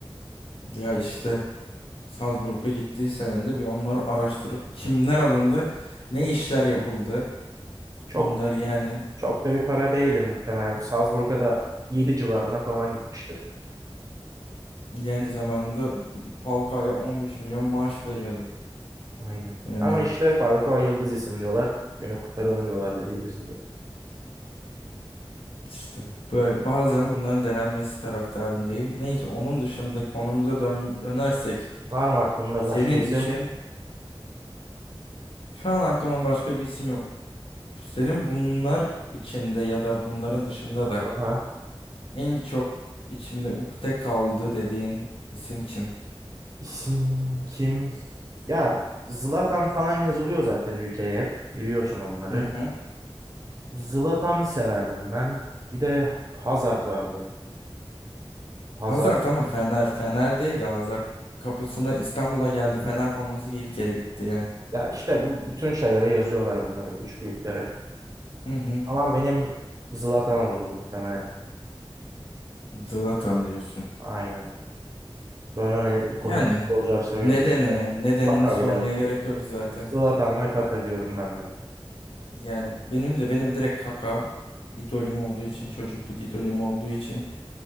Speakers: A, on the left; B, on the right.
A: Ya işte Salzburg'a gittiği senede bir onları araştırıp kimler alındı, ne işler yapıldı.
B: Çok
A: Bunlar yani
B: çok da bir para değildir muhtemelen. Salzburg'a da yedi civarına falan gitmiştir.
A: yani zamanında Falcao'ya 15 milyon maaş veriyordun.
B: Aynen.
A: Yani
B: Ama işte Falcao Yıldız isim diyorlar. Günü kurtaralım diyorlar dediğimiz gibi.
A: işte böyle bazen bunların denenmesi taraftarındayım. Neyse onun dışında konumuza dön- dönersek
B: Var mı aklında
A: senin
B: başka isim?
A: için Şu an aklıma başka bir isim yok. Senin bunlar içinde ya da bunların dışında da
B: Aha.
A: en çok içimde ukde kaldı dediğin isim kim?
B: İsim kim? Ya Zlatan falan yazılıyor zaten ülkeye hep. Biliyorsun onları.
A: Hı hı.
B: Zlatan severdim ben. Bir de Hazard vardı. Hazard.
A: Hazard tamam Fener. Fener'deydi Hazar. Kapısına İstanbul'a geldi. Fener forması giyip geri gitti yani.
B: Ya işte bu bütün şeylere yazıyorlar bunları. Üç büyüklere.
A: Hı hı.
B: Ama benim Zlatan olurdu muhtemelen.
A: Zlatan diyorsun.
B: Aynen. Böyle öyle ikonik
A: Yani
B: futbolcular seviyorum.
A: nedenini,
B: Bir de
A: nedenini
B: Kaka
A: sormaya
B: bir de.
A: gerek yok zaten.
B: Zlatan ve Kaka diyorum ben de.
A: Yani benim de benim direkt Kaka idolüm olduğu için, çocukluk idolüm olduğu için